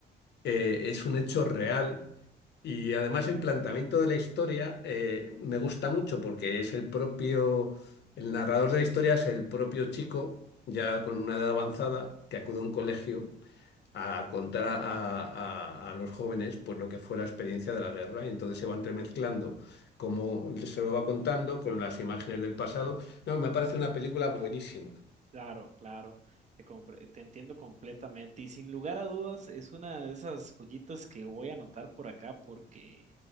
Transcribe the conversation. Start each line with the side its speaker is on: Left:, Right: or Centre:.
Left: Eh, es un hecho real y además el planteamiento de la historia eh, me gusta mucho porque es el propio, el narrador de la historia es el propio chico, ya con una edad avanzada, que acude a un colegio a contar a, a- a- a los jóvenes pues lo que fue la experiencia de la guerra y entonces se va entremezclando como se lo va contando con las imágenes del pasado. No, me parece una película buenísima.
Right: Claro, claro. Te, compre- te entiendo completamente. Y sin lugar a dudas, es una de esas joyitas que voy a anotar por acá porque